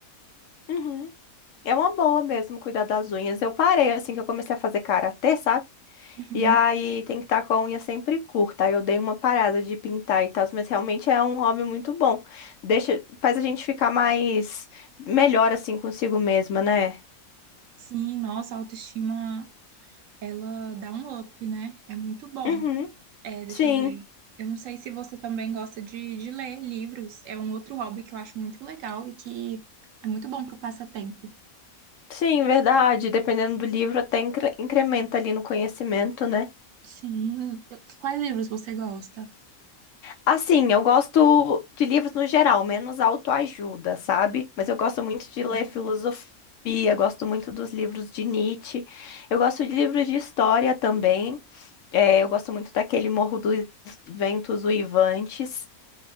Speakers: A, on the left (about 65°); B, on the right (about 70°).
A: Uhum. É uma boa mesmo cuidar das unhas. Eu parei assim que eu comecei a fazer karatê, sabe?
B: Uhum.
A: E aí tem que estar com a unha sempre curta. Aí eu dei uma parada de pintar e tal, mas realmente é um hobby muito bom. Deixa, faz a gente ficar mais melhor assim consigo mesma, né?
B: Sim, nossa, a autoestima, ela dá um up, né? É muito bom.
A: Uhum.
B: É, deixa
A: Sim,
B: eu ver. Eu não sei se você também gosta de, de ler livros. É um outro hobby que eu acho muito legal e que é muito bom para o passatempo.
A: sim, verdade. Dependendo do livro, até incre- incrementa ali no conhecimento, né?
B: Sim. Eu- quais livros você gosta?
A: Assim, eu gosto de livros no geral, menos autoajuda, sabe? Mas eu gosto muito de ler filosofia, gosto muito dos livros de Nietzsche. Eu gosto de livros de história também. É, eu gosto muito daquele Morro dos Ventos Uivantes.